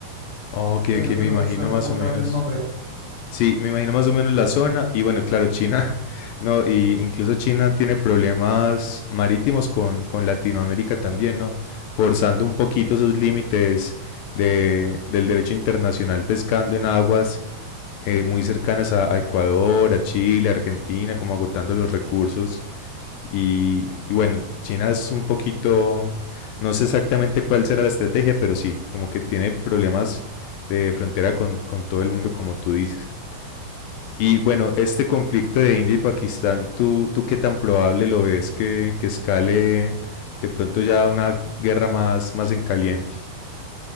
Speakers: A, on the left; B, on the right.
A: Oh, que,
B: pero
A: que
B: te
A: me
B: lo-
A: imagino
B: se me
A: más
B: fue completamente
A: o menos.
B: el nombre.
A: Sí, me imagino más o menos la zona y bueno, claro, China, <laughs> no, y incluso China tiene problemas marítimos con, con Latinoamérica también, ¿no? Forzando un poquito esos límites de, del derecho internacional pescando en aguas eh, muy cercanas a, a Ecuador, a Chile, a Argentina, como agotando los recursos. Y, y bueno, China es un poquito, no sé exactamente cuál será la estrategia, pero sí, como que tiene problemas de frontera con, con todo el mundo, como tú dices. Y bueno, este conflicto de India y Pakistán, ¿tú, tú qué tan probable lo ves que, que escale de pronto ya una guerra más, más en caliente?